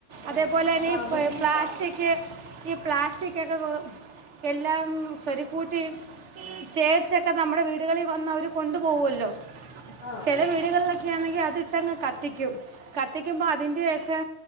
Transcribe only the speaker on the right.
അതേപോലെ തന്നെ
ഈ
പ്ലാസ്റ്റിക്. ക്ക് ഈ പ്ലാസ്റ്റിക്കൊക്കെ എല്ലാം സ്വരികൂട്ടി. ശേഖരിച്ചൊക്കെ നമ്മുടെ വീടുകളി വന്ന് അവര് കൊണ്ടു പോവുല്ലോ.
ചില വീടുകളിലൊക്കെയാണെങ്കി അതിട്ട് അങ്ങ് കത്തിക്കും കത്തിക്കുമ്പോ അതിന്റെയൊക്കെ.